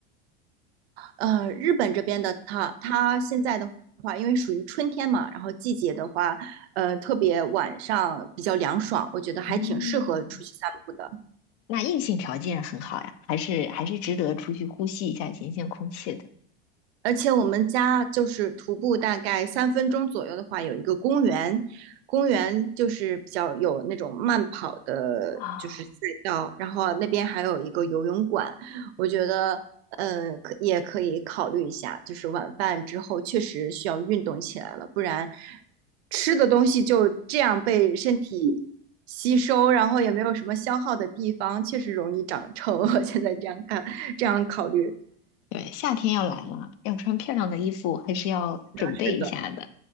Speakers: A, on the right (about 75°); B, on the left (about 50°).
A: 呃，日本这边的它，它现在的话，因为属于春天嘛，然后季节的话，呃，特别晚上比较凉爽，我觉得还挺适合出去散步的。
B: 嗯，那硬性条件很好呀，还是还是值得出去呼吸一下新鲜空气的
A: 而且我们家就是徒步大概三分钟左右的话，有一个公园，公园就是比较有那种慢跑的，
B: 啊。
A: 就是赛道，然后那边还有一个游泳馆，我觉得，嗯，可也可以考虑一下，就是晚饭之后确实需要运动起来了，不然吃的东西就这样被身体吸收，然后也没有什么消耗的地方，确实容易长臭。<laughs> 我现在这样看，这样考虑，
B: 对，夏天要来了，要穿漂亮的衣服，还是要准备一下的。
A: 是的。